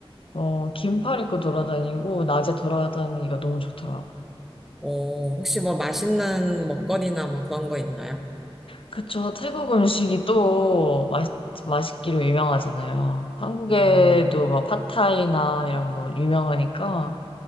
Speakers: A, on the left (about 65°); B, in the centre.
A: 어, 긴팔 입고 돌아다니고 낮에 돌아다니기가 너무 좋더라고요.
B: 오, 혹시 뭐 맛있는 먹거리나 뭐 그런 거 있나요?
A: 그쵸. 태국 음식이 또 맛, 맛있기로 유명하잖아요. 한국에도
B: 음,
A: 막 팟타이나 이런 거 유명하니까